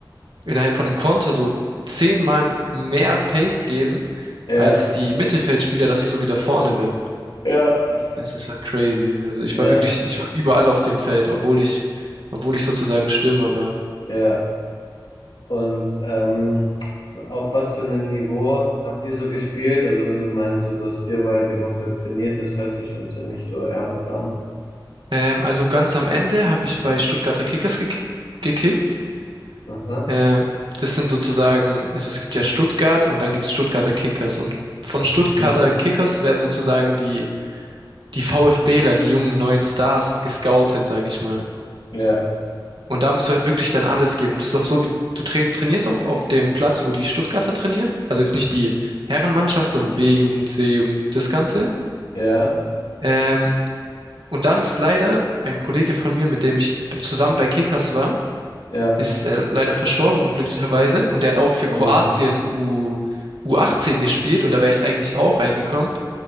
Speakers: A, on the right (about 80°); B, on the left (about 80°).
A: innerhalb von einem Konter so zehnmal mehr Pace geben
B: ja,
A: als die Mittelfeldspieler, dass ich so wieder vorne bin.
B: ja,
A: Es ist ja crazy. Also
B: ja,
A: ich war wirklich, ich war überall auf dem Feld, obwohl ich, obwohl ich sozusagen Stürmer war.
B: ja. Und ähm, auf was für einem Niveau habt ihr so gespielt? Also, wenn du meinst, so, du hast viermal die Woche trainiert, das hört sich schon ziemlich so ernst an.
A: Ähm, also ganz am Ende habe ich bei Stuttgarter Kickers geki- gekickt.
B: Aha.
A: Ähm, das sind sozusagen, also es gibt ja Stuttgart und dann gibt es Stuttgarter Kickers. Und von Stuttgarter
B: Mhm.
A: Kickers werden sozusagen die, die VfBler, die jungen neuen Stars, gescoutet, sag ich mal.
B: Ja,
A: Und da musst du halt wirklich dann alles geben. Und das ist doch so, wie du tra trainierst auch auf dem Platz, wo die Stuttgarter trainieren. Also jetzt nicht die Herrenmannschaft, sondern B-Jugend, C-Jugend, das Ganze.
B: ja,
A: Ähm, und dann ist leider ein Kollege von mir, mit dem ich zusammen bei Kickers war,
B: ja.
A: ist äh, leider verstorben, unglücklicherweise. Und der hat auch für
B: Oh,
A: Kroatien U, U18 gespielt und da wäre ich eigentlich auch reingekommen.